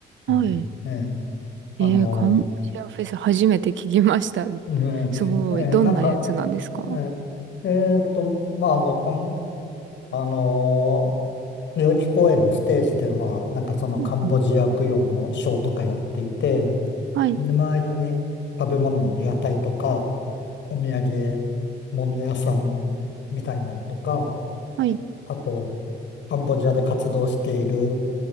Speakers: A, on the left (about 65°); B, on the right (about 70°).
A: うん、
B: はい。
A: ええ、あの、
B: えー、カンボジアフェス初めて聞きました。
A: ね、
B: すごい。
A: ええ、
B: どんなやつなんですか
A: なんか、えええーと、まあ、あの、カンあの代々木公園のステージでは、なんかそのカンボジア舞踊のショーとかやっていて、
B: うんうん。はい。
A: で周りに食べ物の屋台とか、お土産物屋さんみたいなのとか、
B: はい。
A: あと、カンボジアで活動している、